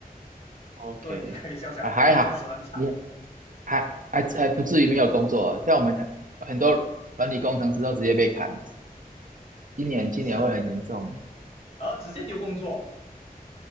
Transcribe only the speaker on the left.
所以你可以想想，
的确是很惨，
直而直接丢工作。